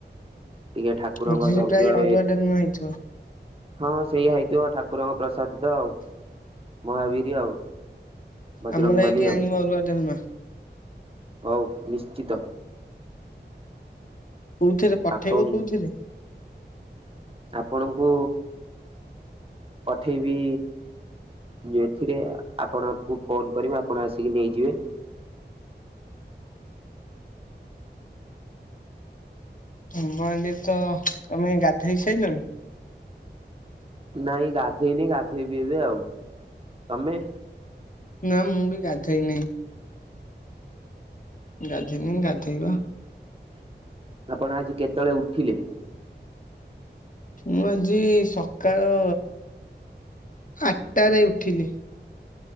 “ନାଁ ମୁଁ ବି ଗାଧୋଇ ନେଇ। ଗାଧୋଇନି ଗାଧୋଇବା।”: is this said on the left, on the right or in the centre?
Left